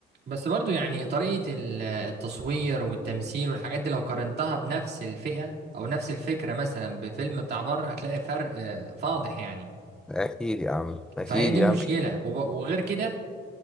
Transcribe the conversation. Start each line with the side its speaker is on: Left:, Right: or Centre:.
Right: بس برضو يعني طريقة ال- التصوير والتمثيل والحاجات دي لو قارنتها بنفس الفئة أو نفس الفكرة مثلا بفيلم بتاع بره هتلاقي فرق آه، فاضح يعني
Centre: اكيد يا عم اكيد
Right: فهي دي
Centre: يا
Right: المشكلة
Centre: عم
Right: وب... وغير كده